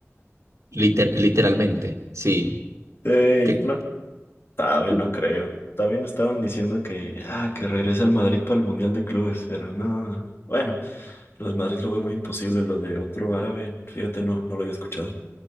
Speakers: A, on the right (about 75°); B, on the left (about 55°).
A: Liter- literalmente, sí.
B: Ey,
A: Que,
B: no. También no creo. También estaban diciendo que, ah, que regresa al Madrid para el Mundial de Clubes, pero no. Bueno, lo de Madrid lo veo muy imposible, lo de otro árabe, fíjate, no, no lo había escuchado.